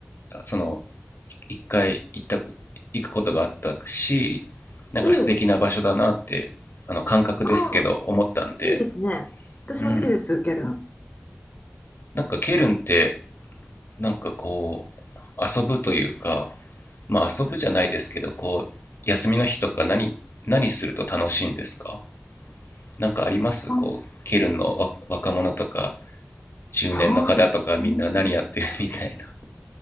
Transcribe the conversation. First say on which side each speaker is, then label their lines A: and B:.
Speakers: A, on the left; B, on the left.
A: その一回行った行くことがあったしなんか素敵な場所だなってあの感覚ですけど思ったんで、
B: ええ。ああ、いいですね。私も好きです、
A: うん、
B: ケルン。
A: なんかケルンってなんかこう遊ぶというかまあ遊ぶじゃないですけどこう休みの日とか何何すると楽しいんですか何かありますこうケルンの若者とか
B: あ、
A: 中年の方とかみんな何やってるみたいな
B: そうですね。